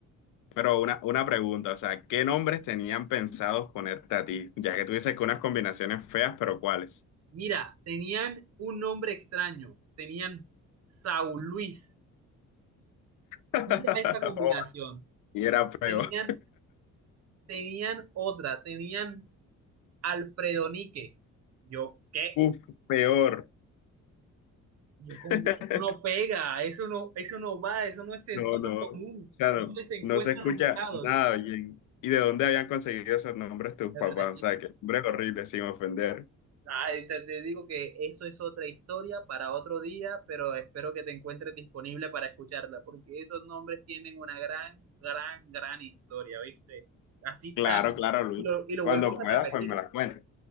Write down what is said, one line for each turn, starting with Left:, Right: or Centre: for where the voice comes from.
Left: pero una, una pregunta, o sea, ¿qué nombres tenían pensados ponerte a ti? Ya que tú dices que unas combinaciones feas, pero ¿cuáles?
Right: Mira, tenían un nombre extraño, tenían Saúl Luis,
Left: <laughs>
Right: mira esa combinación.
Left: Oh, y era peor.
Right: Tenían, tenían otra, tenían Alfredo Nique. Yo, ¿qué?
Left: Uf, peor.
Right: Yo con
Left: <laughs>
Right: eso no pega, eso no, eso no va, eso no es sentido
Left: No, no,
Right: común.
Left: o sea,
Right: ¿Dónde
Left: no,
Right: se encuentran
Left: no se escucha
Right: ubicados?
Left: nada bien. ¿Y de dónde habían conseguido esos nombres tus
Right: De
Left: papás?
Right: verdad, es
Left: O sea,
Right: que-
Left: que nombres horribles, sin ofender.
Right: ay, te, te digo que eso es otra historia para otro día, pero espero que te encuentres disponible para escucharla, porque esos nombres tienen una gran, gran, gran historia, ¿viste? Así
Left: Claro,
Right: tan,
Left: claro, Luis.
Right: y lo, y lo
Left: Cuando
Right: vuelvo a
Left: puedas,
Right: repetir.
Left: pues me las cuentes.